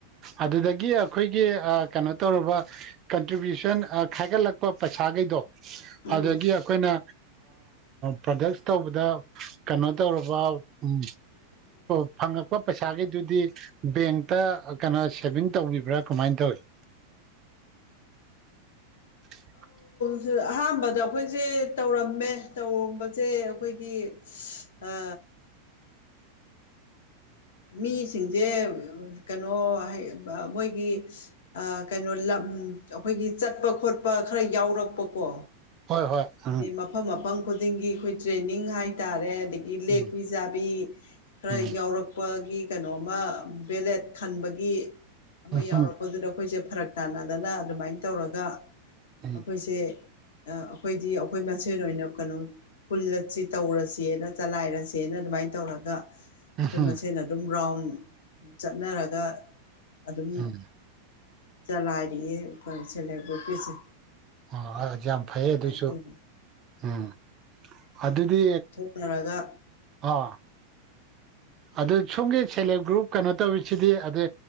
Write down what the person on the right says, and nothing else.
ꯑꯗꯨꯗꯒꯤ ꯑꯩꯈꯣꯏꯒꯤ ꯀꯩꯅꯣ ꯇꯧꯔꯕ ꯀꯟꯇ꯭ꯔꯤꯕ꯭ꯌꯨꯁꯟ ꯈꯥꯏꯒꯠꯂꯛꯄ ꯄꯩꯁꯥꯈꯩꯗꯣ
ꯑꯗꯒꯤ ꯑꯩꯈꯣꯏꯅ ꯄ꯭ꯔꯗꯛꯁ ꯇꯧꯕꯗ ꯀꯩꯅꯣ ꯇꯧꯔꯕ ꯎ ꯑꯣ ꯐꯪꯉꯛꯄꯣ ꯄꯩꯁꯥꯒꯤꯗꯨꯗꯤ ꯕꯦꯡꯇ ꯀꯩꯅꯣ ꯁꯦꯚꯤꯡ ꯇꯧꯕꯤꯕ꯭ꯔꯥ ꯀꯃꯥꯏꯅ ꯇꯧꯏꯤ <inaudible>
ꯍꯣꯏ ꯍꯣꯏ
ꯎꯝ
ꯎꯝ
ꯎꯝ
ꯎꯝ
ꯎꯝ
ꯎꯝ
ꯎꯝ
ꯑꯣ ꯌꯥꯝ ꯐꯩꯌꯦ ꯑꯗꯨꯁꯨ
ꯎꯝ ꯑꯗꯨꯗꯤ
ꯍꯣ ꯑꯗꯨꯠ ꯁꯣꯝꯒꯤ ꯁꯦꯜꯐ ꯍꯦꯜꯞ ꯒ꯭ꯔꯨꯞ ꯀꯩꯅꯣ ꯇꯧꯔꯤꯁꯤꯗꯤ ꯑꯗ